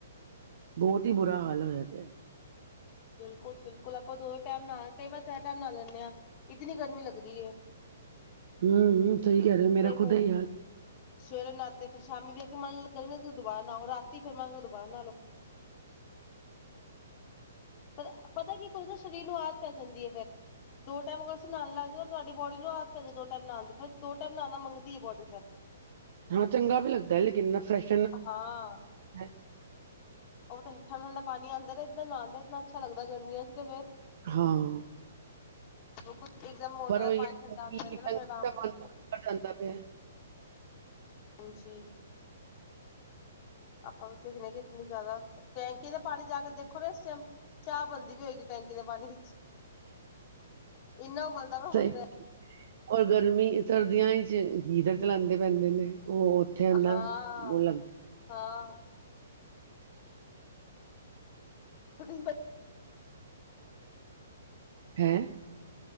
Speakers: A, on the right; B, on the left.
A: ਬੋਤ ਈ ਬੁਰਾ ਹਾਲ ਹੋਏਆ ਦਾ।
B: ਬਿਲਕੁਲ-ਬਿਲਕੁਲ, ਆਪਾਂ ਦੋ ਟਾਈਮ ਨਾਹ ਕਈ ਵਾਰ ਤੈ੍ ਟਾਈਮ ਨਾਹ ਲੈਂਨੇ ਆਂ। ਇਤਨੀ ਗਰਮੀ ਲਗਦੀ ਐ।
A: ਹੂੰ ਹੂੰ, ਸਈ ਕੈ ਰਏ, ਮੇਰਾ
B: ਫਿਰ
A: ਖੁਦ ਏਹੀ ਹਾਲ
B: ਸਵੇਰੇ ਨਾਤੇ ਫਿਰ ਸ਼ਾਮੀ ਵੇਖ ਕੇ ਮੰਨ ਲੋ ਗਰਮੀ ਲਗੇ ਦੁਬਾਰਾ ਨਾੳ ਔਰ ਰਾਤੀ ਫੇਰ ਮਨ ਕਰੇ ਦੁਬਾਰਾ ਨਾ ਲੋ। ਪਰ ਪਤਾ ਕੀ ਕੁੱਝ ਨਾ ਸਰੀਰ ਨੂੰ ਆਦਤ ਪੈ ਜਾਂਦੀ ਐ ਫੇਰ। ਦੋ ਟਾਈਮ ਅਗਰ ਅਸੀ ਨਾਣ ਲੱਗ ਜੋ ਨਾ ਤੁਹਾਡੀ ਬੋਡੀ ਨੂੰ ਆਦਤ ਪੈ ਜਾਂਦੀ ਏ ਦੋ ਟਾਈਮ ਨਾਣ ਦੀ ਫਿਰ ਦੋ ਟਾਈਮ ਨਾਣਾ ਮੰਗਦੀ ਏ ਬੋਡੀ ਫੇਰ।
A: ਹਾਂ ਚੰਗਾ ਵੀ ਲੱਗਦਾ ਲੇਕਿਨ ਏਨਾ ਫਰੈਸ਼
B: ਹਾਂ।
A: ਹੈ
B: ੳਹ ਤਾਂ ਠੰਡਾ-ਠੰਡਾ ਪਾਨੀ ਆਂਦਾ ਏਦਾਂ ਨਾਣ ਦਾ ਇਤਨਾ ਅੱਛਾ ਲਗਦਾ ਗਰਮੀਆਂ ਚ ਤੇ ਫੇਰ
A: ਹਾਂ।
B: ਜੋ ਕੁਝ ਇੱਕਦਮ ਮੋਟਰ
A: ਪਰ
B: ਦਾ
A: ੳਈ
B: ਪਾਣੀ
A: ਐ
B: ਠੰਡਾ
A: ਨਾ ਟੰਕੀ
B: ਆਂਦਾ ਰਹਿੰਦਾ ਨਾ ਫਿਰ ਆਰਾਮ
A: ਦਾ
B: ਨਾਲ
A: ਪਾਨੀ
B: ਨਹਾਤੇ
A: ਆਂਦਾ
B: ਰਹੋ।
A: ਜਾਂਦਾ ਪੇਆ।
B: ਹਾਂਜੀ। ਆਪਾਂ ਵੀ ਸਿੱਖਣੇ ਕਿ ਇਤਨੀ ਜਿਆਦਾ ਟੈਂਕੀ ਦਾ ਪਾਨੀ ਜਾ ਕੇ ਦੇਖੋ ਨਾ ਇਸ ਟਾਈਮ ਚਾਅ ਬਨਦੀ ਪਈ ਹੋਏਗੀ ਟੈਂਕੀ ਦੇ ਪਾਨੀ ਵਿੱਚ, ਏਨਾ ਉਬਲਦਾ ਪੇਆ
A: ਸਹੀ
B: ਹੁੰਦਾ।
A: ਔਰ ਗਰਮੀ ਸਰਦੀਆਂ ਚ ਹੀਟਰ ਚਲਾਂਦੇ ਪੈਂਦੇ ਨੇ, ਹੋਰ
B: ਹਾਂ
A: <unintelligible>
B: ਹਾਂ। <unintelligible>
A: ਹੇਂ?